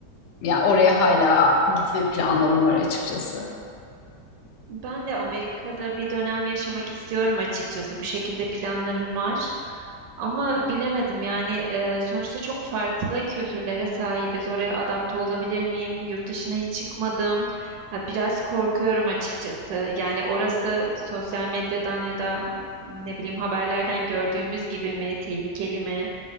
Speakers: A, on the left (about 75°); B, on the right (about 85°).
A: Ya oraya hala gitme planlarım var açıkçası.
B: Ben de Amerika'da bir dönem yaşamak istiyorum açıkçası. Bu şekilde planlarım var. Ama bilemedim yani e, sonuçta çok farklı kültürlere sahibiz. Oraya adapte olabilir miyim? Yurt dışına hiç çıkmadım. Ha, biraz korkuyorum açıkçası. Yani orası sosyal medyadan ya da ne bileyim haberlerden gördüğümüz gibi mi, tehlikeli mi?